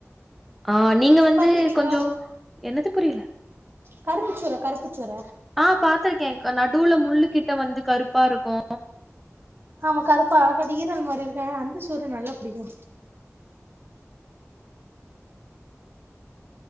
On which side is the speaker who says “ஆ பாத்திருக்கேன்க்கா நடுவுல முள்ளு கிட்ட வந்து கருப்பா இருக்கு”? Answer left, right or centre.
Centre